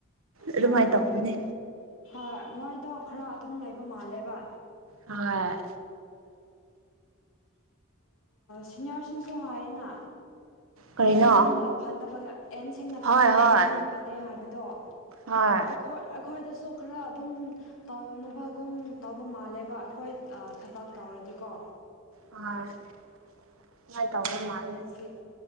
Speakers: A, on the right; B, on the left.
A: ꯑꯗꯨꯃꯥꯏꯅ
B: ꯍꯣꯏ ꯍꯣꯏ
A: ꯇꯧꯕꯧꯕꯅꯦ
B: ꯍꯣꯏ ꯃꯣꯏꯗꯣ ꯈꯔ ꯑꯗꯨꯝ ꯂꯩꯕ ꯃꯥꯜꯂꯦꯕ
A: ꯍꯥꯏ
B: ꯁꯤꯅꯤꯌꯔꯁꯤꯡꯁꯨ ꯍꯥꯏꯌꯦꯅ
A: ꯀꯔꯤꯅꯣ
B: ꯑꯦꯟꯁꯤꯡꯅ ꯐꯠꯇꯕꯒꯤ ꯑꯦꯟ ꯁꯤꯡꯅ ꯐꯠꯇꯦ
A: ꯍꯣꯏ ꯍꯣꯏ
B: ꯑꯦꯟ ꯁꯤꯡꯅ ꯐꯠꯇꯦ ꯍꯥꯏꯕꯗꯣ
A: ꯍꯣꯏ
B: ꯑꯩꯈꯣꯏ ꯑꯩꯈꯣꯏꯗꯥꯁꯨ ꯈ꯭ꯔ ꯑꯗꯨꯝ ꯇꯧꯅꯕꯒꯨꯝ ꯇꯧꯕ ꯃꯥꯜꯂꯦꯕ ꯑꯩꯈꯣꯏ ꯊꯕꯛ ꯇꯧꯔꯥꯗꯤꯀꯣ
A: ꯍꯣꯏ ꯑꯗꯨꯃꯥꯏ ꯇꯧꯕ ꯃꯥꯜꯂꯦ
B: ꯍꯧꯖꯤꯛ